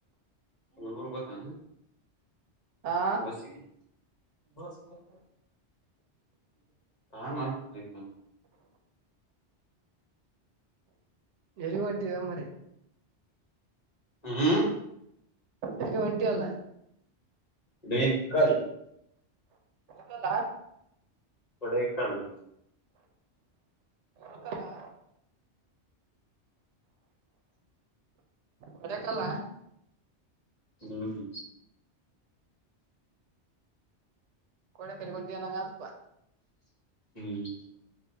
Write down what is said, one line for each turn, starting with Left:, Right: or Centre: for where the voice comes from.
Left: ಹ ಗೊತ್ತ
Right: ಆ
Left: ಬಸಿಗೆ ಕ
Right: ಎಲಿ ಒಂಟವ ಮ್ರ
Left: ಹ್ಮ್
Right: ಅಕ್ಕೆ ವಂಟಿ ಅಲ್ಲ
Left: ಡ ಕಳಿ
Right: ಹಲ್ಲ
Left: ಕಡ ಕಲ್ಲ
Right: ಇತ್ತಲ್ಲ ಹೊಡಕಲ್ಲ
Left: ಹ್ಮ್ಮ
Right: ಕಡೆ ಕರಿಮಂಟಿ ನಂಗಗೆ ಹತ್ಪ್ಪ
Left: ಹ್ಮ್